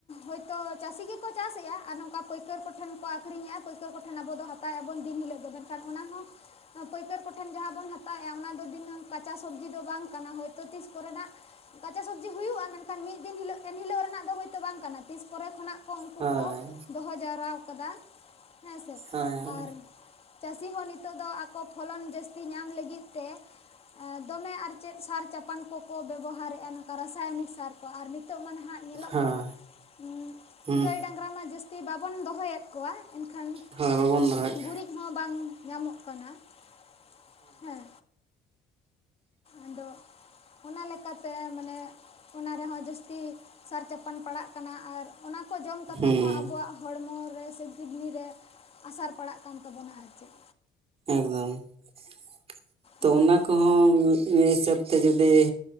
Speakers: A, on the left; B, on the right.
A: ᱦᱳᱭᱛᱳ ᱪᱟᱹᱥᱤ ᱜᱮᱠᱚ ᱪᱟᱥᱮᱜ-ᱟ ᱟᱨ ᱱᱚᱝᱠᱟ ᱯᱟᱹᱭ ᱠᱟᱹᱨ ᱠᱚᱴᱷᱮᱱ ᱠᱚ ᱟᱠᱷᱨᱤᱧᱮᱜ-ᱟ ᱯᱟᱹᱭᱠᱟᱹᱨ ᱠᱚᱴᱷᱮᱱ ᱟᱵᱚ ᱫᱚ ᱦᱟᱛᱟᱣᱮᱜ ᱟᱵᱚᱱ ᱫᱤᱱ ᱦᱤᱞᱳᱜ ᱜᱮ ᱾ ᱠᱷᱟᱱ ᱚᱱᱟ ᱦᱚᱸ ᱯᱟᱹᱭᱠᱟᱹᱨ ᱠᱚᱴᱷᱮᱱ ᱡᱟᱦᱟᱸ ᱵᱚᱱ ᱦᱟᱛᱟᱣᱮᱜ-ᱟ ᱚᱱᱟ ᱫᱚ ᱫᱤᱱᱟᱹᱢ ᱠᱟᱪᱟ ᱥᱚᱵᱽᱡᱤ ᱫᱚ ᱵᱟᱝ ᱠᱟᱱᱟ ᱦᱳᱭᱛᱳ ᱛᱤᱥ ᱠᱚᱨᱮᱱᱟᱜ ᱠᱟᱸᱪᱟ ᱥᱚᱵᱽᱡᱤ ᱦᱩᱭᱩᱜ-ᱟ ᱢᱮᱱᱠᱷᱟᱱ ᱢᱤᱫ ᱫᱤᱱ ᱦᱤᱞᱳᱜ ᱮᱱ ᱦᱤᱞᱳᱜ ᱨᱮᱱᱟᱜ ᱫᱚ ᱦᱳᱭᱛᱳ ᱵᱟᱝ ᱠᱟᱱᱟ ᱛᱤᱥ ᱠᱚᱨᱮ ᱠᱷᱚᱱᱟᱜ ᱠᱚ ᱩᱱᱠᱩ
B: ᱦᱳᱭ
A: ᱠᱚ ᱫᱚᱦᱚᱸ ᱡᱟᱣᱨᱟᱣ ᱠᱟᱫᱟ ᱾ ᱦᱮᱸ ᱥᱮ
B: ᱦᱳᱭ
A: ᱟᱨ ᱪᱟᱹᱥᱤ ᱦᱚᱸ ᱱᱤᱛᱚᱜ ᱫᱚ ᱟᱠᱚ ᱯᱷᱚᱞᱚᱱ ᱡᱟᱹᱥᱛᱤ ᱧᱟᱸᱢ ᱞᱟᱹᱜᱤᱫ ᱛᱮ ᱫᱚᱢᱮ ᱟᱨ ᱪᱮᱫ ᱥᱟᱨ ᱪᱟᱯᱟᱱ ᱠᱚ ᱠᱚ ᱵᱮᱵᱚᱦᱟᱨᱮᱜ-ᱟ ᱱᱚᱝᱠᱟ ᱨᱟᱥᱟᱭᱚᱱᱤᱠ ᱥᱟᱨ ᱠᱚ ᱾ ᱟᱨ ᱱᱤᱛᱚᱜ ᱢᱟ ᱱᱟᱦᱟᱜ ᱧᱮᱞᱚᱜ
B: ᱦᱳᱭ
A: ᱠᱟᱱᱟ ᱩᱸᱜ
B: ᱦᱩᱸ
A: ᱜᱟᱹᱭ ᱰᱟᱝᱨᱟ ᱢᱟ ᱡᱟᱹᱥ ᱛᱤ ᱵᱟᱵᱚᱱ ᱫᱚᱦᱚᱭᱮᱫ ᱠᱚᱣᱟ ᱮᱱᱠᱷᱟᱱ
B: ᱦᱳᱭ ᱵᱟᱵᱚᱱ
A: <inaudible>
B: ᱫᱚᱦᱚᱭᱮᱫ
A: ᱜᱩᱨᱤᱡ ᱦᱚᱸ ᱵᱟᱝ ᱧᱟᱢᱚᱜ ᱠᱟᱱᱟ, <inaudible> ᱦᱮᱸ᱾ ᱟᱫᱚ ᱚᱱᱟ ᱞᱮᱠᱟ ᱛᱮ ᱢᱟᱱᱮ ᱚᱱᱟ ᱨᱮ ᱦᱚᱸ ᱡᱟᱹᱥᱛᱤ ᱥᱟᱨ ᱪᱟᱯᱟᱱ ᱯᱟᱲᱟᱜ ᱠᱟᱱᱟ ᱟᱨ ᱚᱱᱟ ᱠᱚ ᱡᱚᱢ ᱠᱟᱛᱮᱜ
B: ᱦᱩᱸ
A: ᱦᱚᱸ ᱟᱵᱚᱣᱟᱜ ᱦᱚᱲᱢᱚ ᱨᱮ ᱠᱤᱰᱱᱤ ᱨᱮ ᱟᱥᱟᱨ ᱯᱟᱲᱟᱜ ᱠᱟᱱ ᱛᱟᱵᱚᱱᱟ ᱟᱨ ᱪᱮᱫ᱾
B: ᱮᱠᱫᱚᱢ <inaudible> ᱛᱚ
A: ᱦᱳᱭ
B: ᱚᱱᱟ ᱠᱚ ᱦᱚᱸ ᱢᱤᱫ ᱦᱤᱥᱟᱹᱵ ᱛᱮ ᱡᱩᱫᱤ